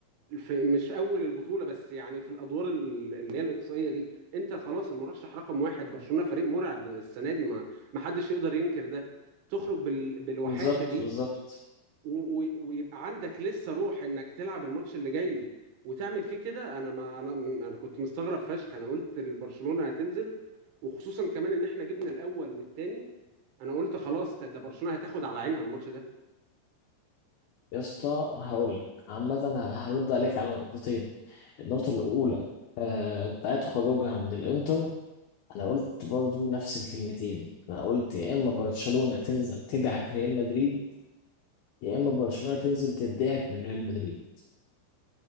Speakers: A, on the right; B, on the left.
A: في مش اول البطوله بس يعني في الادوار ال- اللي هي الاقصائيه دي انت خلاص المرشح رقم واحد برشلونه فريق مرعب السنه دي ما ما حدش يقدر ينكر ده تخرج بال... بالوحاشه
B: بالظبط
A: دي
B: بالظبط
A: و... و... ويبقى عندك لسه روح انك تلعب الماتش اللي جاي وتعمل فيه كده انا ما انا انا كنت مستغرب فشخ انا قلت البرشلونه هتنزل وخصوصا كمان ان احنا جبنا الاول والتاني انا قلت خلاص ده برشلونه هتاخد على عينها الماتش ده
B: يا اسطى هقول لك عامه ه- هرد عليك على نقطتين النقطه الاولى آه، بتاعت خروجها من الانتر انا قلت برضو نفس الكلمتين انا قلت يا اما برشلونة تنزل تدعك ريال مدريد يا اما برشلونة تنزل تدعك من ريال مدريد